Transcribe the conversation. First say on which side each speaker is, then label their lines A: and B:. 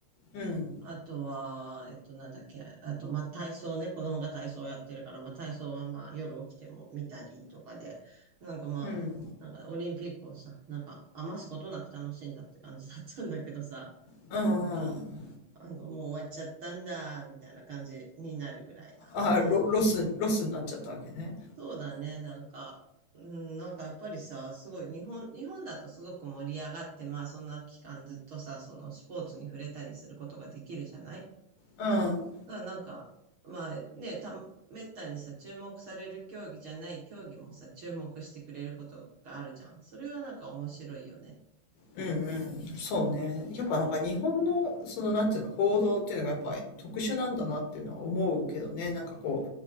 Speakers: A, on the left (about 80°); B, on the right (about 50°).
A: うん。
B: あとは、えっと、なんだっけ、あと、まあ、体操ね、子供が体操やってるから、まあ、体操はまあ、夜起きても見たりとかで、なんかまあ、
A: うん。うん、うん。
B: なんかオリンピックをさ、なんか余すことなく楽しんだって感じだったんだけどさ、
A: あ
B: なんか、あの、もう終わっちゃったんだ、みたいな感じになるぐらいなのなん
A: あ、ロ、ロス、ロスになっちゃったわけね。
B: そうだね、なんか、うん、なんかやっぱりさ、すごい日本、日本だとすごく盛り上がって、まあそんな期間ずっとさ、そのスポーツに触れたりすることができるじゃない
A: うん。
B: だからなんか、まあね、た、めったにさ、注目される競技じゃない競技もさ、注目してくれることがあるじゃん。それはなんか面白いよね。
A: うんうん。そうね。やっぱなんか日本の、
B: うん、
A: そのなんていうの、報道っていうのがやっぱ特殊なんだなっていうのは思うけどね。なんかこ